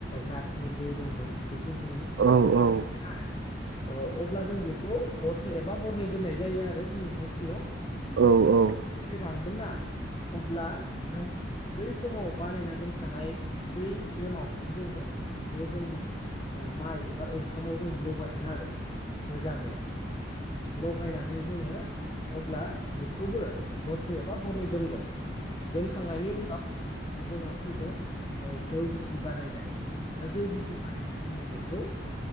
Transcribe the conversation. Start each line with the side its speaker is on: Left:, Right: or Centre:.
Left: जाखिनि दै दंमोन बेखौ जोङो
Right: औ औ
Left: आरो ओ अब्ला जों बेखौ हरसे एबा हरनै दोननाय जायो आरो जोंनि न' सिङाव
Right: औ औ
Left: बे रानगोनना अब्ला नों बै समाव बानायना दोनखानाय बै एमावखौ जोङो बे जोंनि माइ एबा ओंखामाव जों लगायगोन आरो मोजाङै लगायनानै जोङो अब्ला बेखौबो हरसे एबा हरनै दोनगोन दोनखांनायनि उनाव जोंहा फैगोन जौ गिसि बानायनाय दा जौ गिसि बानायनाया जोङो बेखौ